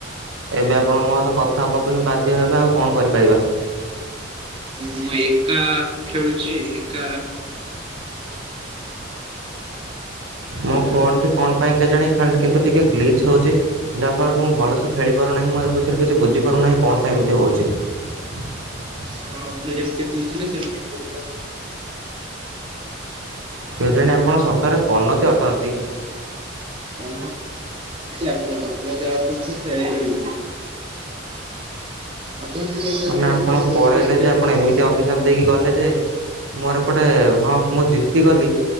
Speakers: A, on the right; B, on the right.
A: ଏବେ ଆପଣ ମୋ ସହିତ କଥା ହେବାକୁ ହିଁ ବାଧ୍ୟ ହେବେ ଆଉ କଣ କରିପାରିବା।
B: ମୁଁ ଏକା ଖେଳୁଛି ଏକା ହ୍ୟାଲୋ
A: ମୋ ଫୋନ୍ ଟି କଣ ପାଇଁ କେଜାଣି କିନ୍ତୁ ଟିକେ ଗ୍ଲିଚ୍ ହୋଉଚି। ଯାହା ଫଳରେ କି ମୁଁ ଭଲସେ ଖେଳି ପାରୁନାହିଁ ମୁଁ ଏ ବିଷୟରେ କିଛି ବୁଝି ପାରୁନାହିଁ। କଣ ପାଇଁ ଏମିତି ହେଉଛି? <inaudible>
B: ଆପଣ ମତେ ଯେମିତି କହୁଥିଲେ ସେମିତି
A: କେଜାଣି ଆପଣ ସତରେ ପନତି ଅଟନ୍ତି।
B: <unintelligible> ଆପଣ ଆପଣ ଯାହା କି ସେଇଆ ହଉଛି। ଆପଣ ଟିକେ କହିଲେ
A: ମାନେ ଆପଣ
B: କେବେ
A: ପଳେଇଲେ
B: ଓଲଟା ସିଧା
A: ଯେ ଆପଣ
B: ଟିକେ
A: ଏମିତି
B: କୁହନ୍ତୁ।
A: ଅଭିଶାପ ଦେଇକି ଗଲେ ଯେ ମୋର ଏପଟେ ହଁ ମୁଁ ଜିତିଗଲି